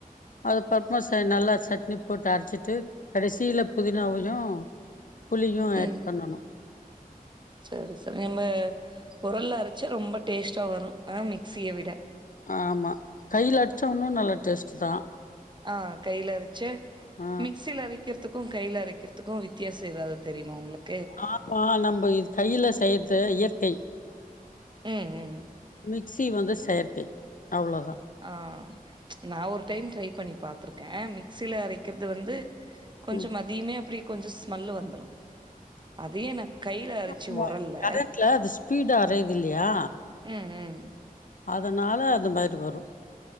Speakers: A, on the left (about 60°); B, on the right (about 30°).
A: அது பமா நல்லா சட்னி போட்டு அரைச்சிட்டு கடைசியில புதினாவையு புளியு ஆட்
B: ம்
A: பண்ணணு
B: சரி சரி நம்ம உரல்ல அரைச்சா ரொம்ப டேஸ்ட்ட வரு ஆ மிக்ஸியை விட
A: ஆமா கையில அடிச்சோன்னாலூ நல்ல டேஸ்ட்டுதா
B: ஆஹ் கையில அரிச்சு
A: ஆ
B: மிக்சில அரிக்கிறது த்துக்கும் கையையில அரைக்கிறதுக்கு வித்தியாம் எதாவது தெரியுமா உங்களுக்கு
A: ஆமா நம்ம இது கையில செய்யறது இயற் கை
B: உம் உம்
A: மிக்சி வந்து செயற்கை அவ்ளோதா
B: ஆஹ் ப்ச் நா ஒரு டைம் ட்ரை பண்ணி பாத்திருக்க மிக்சியில அரைக்கிறது வந்து கொஞ்சோ
A: ம்
B: மதியமே அப்படி கொஞ்சோ ஸ்மெல் வந்துரு அதையு நா கையில அரச்சு
A: ஆமா
B: ஒரல்ல
A: கரண்ட்ல அது ஸ்பீடா அரையது இல்லையா
B: ம் ம்
A: அதனால அது மாதிரி வரு